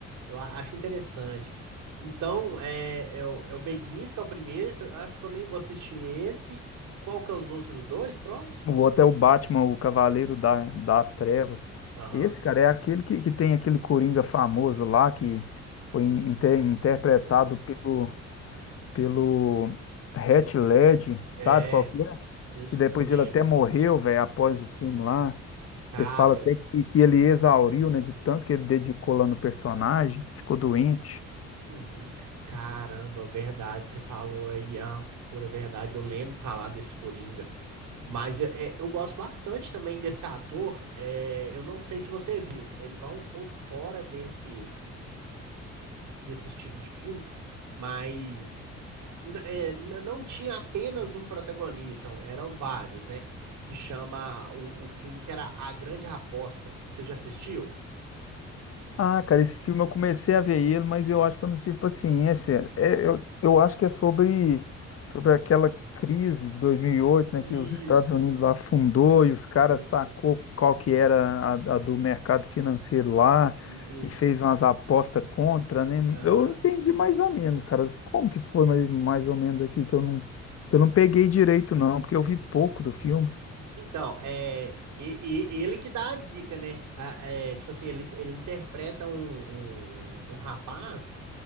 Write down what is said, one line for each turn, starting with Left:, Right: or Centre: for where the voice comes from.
Right: eu a- acho interessante. Então, é, é, o, é o Beguins, que é o primeiro, esse eu acho que eu nem vou assistir esse. Qual que é os outros dois próximos?
Left: O outro é o Batman, o Cavaleiro da- das Trevas.
Right: Aham.
Left: Esse, cara, é aquele que, que tem aquele Coringa famoso lá, que foi in- inter- interpretado
Right: Sei.
Left: pelo, pelo Heath
Right: É,
Left: Ledger,
Right: é,
Left: sabe qual que é?
Right: eu, s-
Left: E depois
Right: eu lembro.
Left: ele até morreu, velho, após
Right: Sim.
Left: o filme lá.
Right: Cara,
Left: Eles falam até que, que ele exauriu, né, de tanto que ele dedicou lá no personagem, ficou doente.
Right: uhum. Caramba, verdade, você falou aí a pura verdade. Eu lembro de falar desse Coringa. Mas eu é, eu gosto bastante também desse ator. é, eu não sei se você viu, ele vai um pouco fora desses, desse estilo de filme, mas n- é, n- não tinha apenas um protagonista, um, eram vários, né? Que chama o, o filme que era A Grande Aposta. Você já assistiu?
Left: Ah, cara, esse filme eu comecei a ver ele, mas eu acho que eu não tive paciência. É, eu, eu acho que é sobre, sobre aquela crise de 2008, né,
Right: Isso,
Left: que os Estados Unidos lá afundou e os caras
Right: isso,
Left: sacou qual que era a, a do mercado financeiro lá
Right: isso.
Left: e fez umas apostas contra, né?
Right: Aham.
Left: Eu entendi mais ou menos, cara. Como que foi mais, mais ou menos aqui que eu não, que eu não peguei direito, não, porque eu
Right: uhum.
Left: vi pouco do filme.
Right: Então, é, e- e- ele que dá a dica, né? A- é, tipo assim, ele, ele interpreta um, um, um rapaz